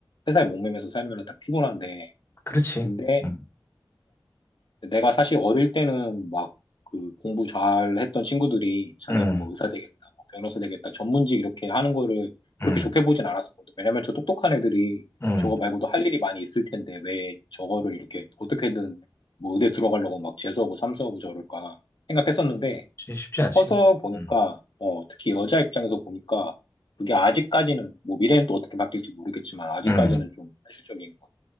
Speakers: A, on the left; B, on the left.
A: 회사에 목매면서 살면은 다 피곤한데
B: 그렇지.
A: 근데
B: 응,
A: 내가 사실 어릴 때는 막 그 공부 잘 했던 친구들이 자기는
B: 응,
A: 뭐 의사 되겠다, 뭐 변호사 되겠다, 전문직 이렇게 하는 거를 그렇게
B: 응,
A: 좋게 보진 않았었거든. 왜냐면 저 똑똑한 애들이
B: 응.
A: 저거 말고도 할 일이 많이 있을 텐데 왜 저거를 이렇게 어떻게든 뭐 의대 들어가려고 막 재수하고 삼수하고 저럴까 생각했었는데
B: 쉽지 않지.
A: 커서 보니까
B: 응
A: 어, 특히 여자 입장에서 보니까 그게 아직까지는 뭐 미래는 또 어떻게 바뀔지 모르겠지만 아직까지는
B: 응.
A: 좀 현실적인 것 같아.